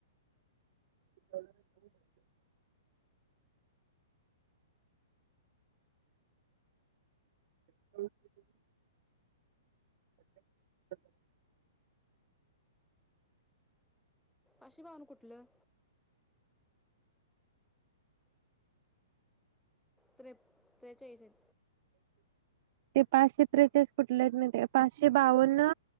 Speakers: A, on the right; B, in the centre.
A: <inaudible> <inaudible> <unintelligible>
B: अशी बावन कुठलं त्रे ञेचाळीस आहेत.
A: ते पाचशे त्रेचाळीस कुठले कुठलेत माहितीये का पाचशे बावन्न